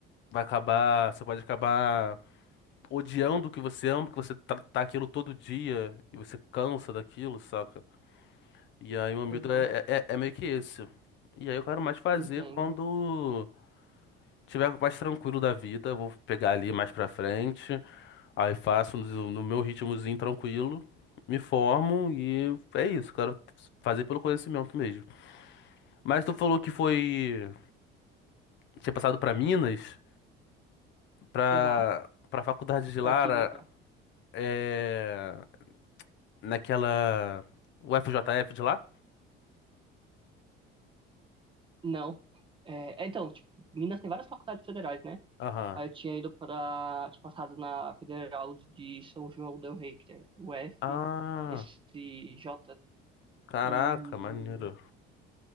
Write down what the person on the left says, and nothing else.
vai acabar, você pode acabar odiando o que você ama, porque você tá, tá aquilo todo dia e você cansa daquilo, saca? E aí o meu medo
é, é, é meio que esse. E aí eu quero mais fazer
quando tiver mais tranquilo da vida, eu vou pegar ali mais pra frente. Aí faço no no meu ritmozinho tranquilo, me formo e é isso, quero fazer pelo conhecimento mesmo. Mas tu falou que foi, tinha passado pra Minas, pra
para faculdade de
Lara,
é naquela UFJF de lá?
Aham.
Ah,
caraca,
maneiro.